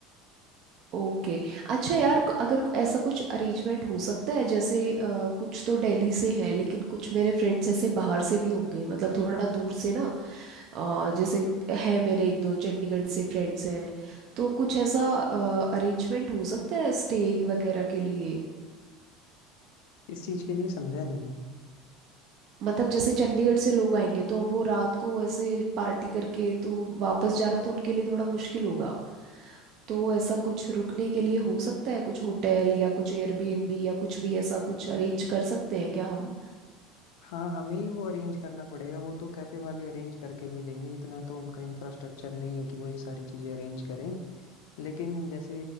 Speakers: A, on the right; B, on the left.
A: ओके अच्छा यार क- अगर क- ऐसा कुछ अरेंजमेंट हो सकता है जैसे अ, कुछ तो दिल्ली से हैं लेकिन कुछ मेरे फ्रेंड्स ऐसे बाहर से भी होंगे मतलब थोड़ा दूर से ना अ, जैसे है मेरे एक दो चंडीगढ़ से फ्रेंड्स हैं तो कुछ ऐसा अरेंजमेंट हो सकता है स्टे वगैरह के लिए
B: इस चीज के लिए समझा नहीं मैं
A: मतलब जैसे चंडीगढ़ से लोग आएंगे तो वो रात को ऐसे पार्टी करके तो वापस जाना तो उनके लिए थोड़ा मुश्किल होगा तो ऐसा कुछ रुकने के लिए हो सकता है कुछ होटल या कुछ एयरबीएनबी या कुछ भी ऐसा कुछ अरेंज कर सकते हैं क्या हम
B: हाँ हमें ही वो अरेंज करना पड़ेगा वो तो कैफे वाले अरेंज करके नहीं देंगे इतना तो उनका इंफ्रास्ट्रक्चर नहीं है कि वो ये सारी चीजें अरेंज करें लेकिन जैसे